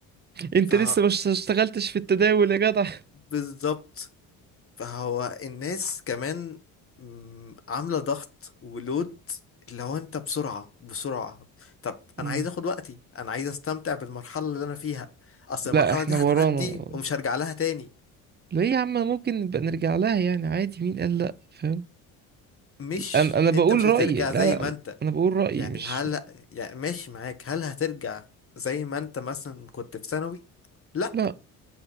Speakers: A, on the right; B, on the left.
A: انت
B: ف
A: لسه مش اشتغلتش في التداول يا جدع
B: بالظبط فهو الناس كمان مم، عاملة ضغط ولود اللي هو انت بسرعة بسرعة طب
A: مم.
B: انا عايز اخد وقتي انا عايز استمتع بالمرحلة اللي انا فيها اصل
A: لا
B: المرحلة
A: احنا
B: دي هتعدي
A: ورانا
B: ومش هرجع لها تاني
A: ليه يا عم ممكن نبقى نرجع لها يعني عادي مين قال لا فاهم
B: مش
A: انا انا بقول
B: انت مش
A: رأيي
B: هترجع
A: لا
B: زي
A: لا
B: ما انت
A: انا بقول رأيي
B: يعني
A: مش
B: هل يعني ماشي معاك هل هترجع زي ما انت مثلا كنت في ثانوي لا
A: لا